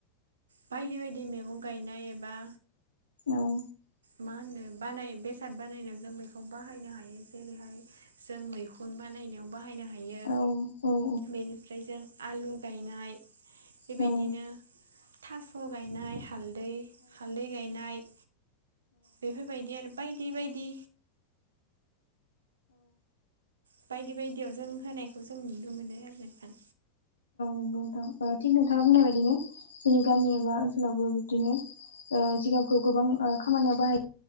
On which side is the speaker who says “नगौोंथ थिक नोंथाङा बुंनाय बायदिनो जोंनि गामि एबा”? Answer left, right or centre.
Left